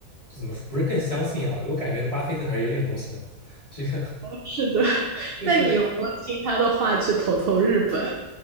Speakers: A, on the left; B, on the right.
A: 怎么说不是更相信啊，我感觉巴菲特还是有点东西的，这个
B: 是的，<laughs>
A: 就是。
B: 那你有没有听他的话去投投日本？